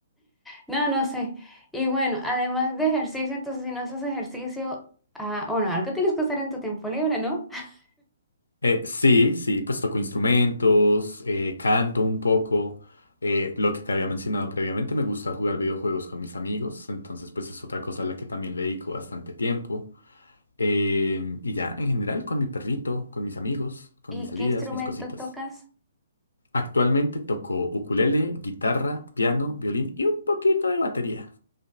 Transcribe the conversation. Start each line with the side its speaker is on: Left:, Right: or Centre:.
Centre: No, no sé. Y bueno, además de ejercicio, entonces si no haces ejercicio, ah, bueno, algo tienes que hacer en tu tiempo libre, ¿no? <laughs>
Left: Eh, sí, sí, pues toco instrumentos, eh, canto un poco. eh, lo que te había mencionado previamente, me gusta jugar videojuegos con mis amigos, entonces pues es otra cosa a la que también le dedico bastante tiempo. Em, y ya, en general, con mi perrito, con mis amigos, con
Centre: ¿Y
Left: mis salidas,
Centre: qué instrumento
Left: mis cositas.
Centre: tocas?
Left: Actualmente toco ukulele, guitarra, piano, violín y un poquito de batería.